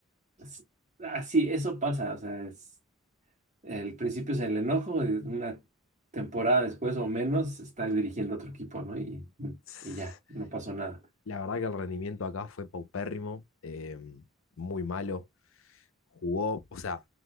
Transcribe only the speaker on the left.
<laughs>
La verdad que el rendimiento acá fue paupérrimo, eh, muy malo. Jugó, o sea,